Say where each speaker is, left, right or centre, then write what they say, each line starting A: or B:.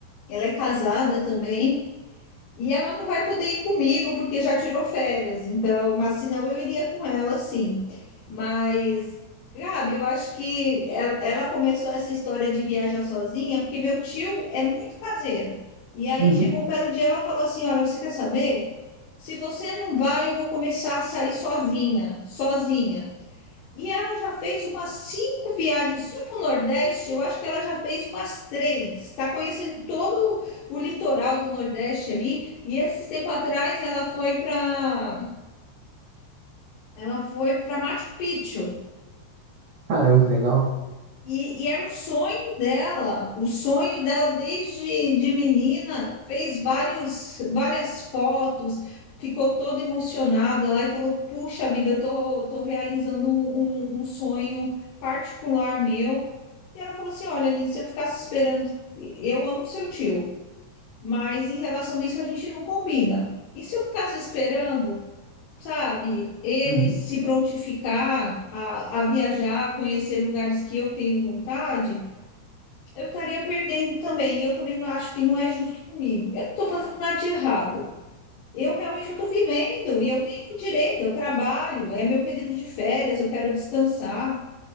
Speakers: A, on the left; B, on the right.
A: ela é casada também. E ela não vai poder ir comigo porque já tirou férias, então, mas senão eu iria com ela, sim. Mas, Gabi, eu acho que el- ela começou essa história de viajar sozinha porque meu tio é muito caseiro. E aí
B: Uhum.
A: chegou um belo dia, ela falou assim: Olha, você quer saber? Se você não vai, eu vou começar a sair sozinha, sozinha. E ela já fez umas cinco viagens só para o Nordeste. Eu acho que ela já fez umas três. Está conhecendo todo o litoral do Nordeste ali. E esses tempo atrás ela foi para ela foi para Machu Picchu.
B: Caramba, que legal.
A: E, e era o sonho dela, o sonho dela desde de menina, fez vários, várias fotos, ficou toda emocionada lá e falou: Puxa vida, eu tô, tô realizando um, um- um sonho particular meu. E ela falou assim: Olha, Aline, se eu ficasse esperando, eu amo seu tio, mas em relação a isso a gente não combina. E se eu ficasse esperando? sabe, ele
B: Uhum.
A: se prontificar a, a viajar, conhecer lugares que eu tenho vontade, eu estaria perdendo também. E eu também não acho que não é justo comigo. Eu não estou fazendo nada de errado. Eu realmente estou vivendo e eu tenho direito, eu trabalho, é meu período de férias, eu quero descansar.